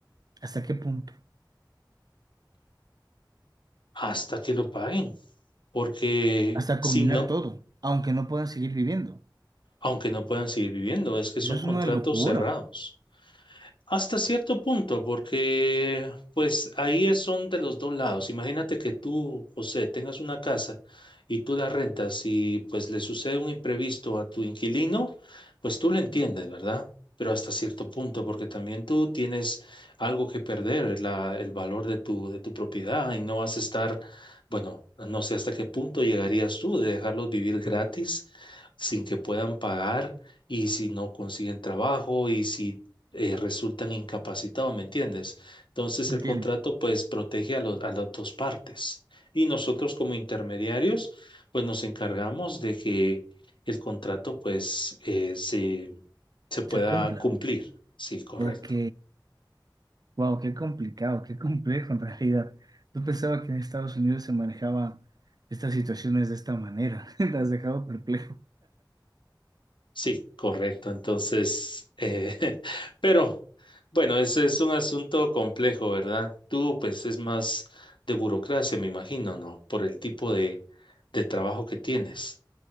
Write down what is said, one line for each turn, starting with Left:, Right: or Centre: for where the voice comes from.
Right: hasta qué punto,
Left: hasta que lo paguen, porque
Right: hasta
Left: si
Right: combinar
Left: no,
Right: todo, aunque no puedan seguir viviendo.
Left: aunque no puedan seguir viviendo, es que
Right: Eso
Left: son
Right: es
Left: contratos
Right: una locura,
Left: cerrados. Hasta cierto punto, porque pues ahí es- son de los dos lados. Imagínate que tú, José, tengas una casa y tú la rentas y pues le sucede un imprevisto a tu inquilino, pues tú lo entiendes, ¿verdad? Pero hasta cierto punto, porque también tú tienes algo que perder, la- el valor de tu, de tu propiedad y no vas a estar, bueno, no sé hasta qué punto llegarías tú de dejarlos vivir gratis sin que puedan pagar y si no consiguen trabajo y si eh, resultan incapacitados, ¿me entiendes? Entonces
Right: entiendo.
Left: el contrato pues protege a, los- a las dos partes y nosotros como intermediarios pues nos encargamos de que el contrato pues eh, se, se pueda
Right: Se cumpla.
Left: cumplir. Sí, correcto.
Right: Ok, wow, qué complicado, qué complejo en realidad. Yo pensaba que en Estados Unidos se manejaba estas situaciones de esta manera. <laughs> Te has dejado perplejo.
Left: Sí, correcto. Entonces, eh, <laughs> pero bueno, ese es un asunto complejo, ¿verdad? Tú pues es más de burocracia, me imagino, ¿no? Por el tipo de, de trabajo que tienes.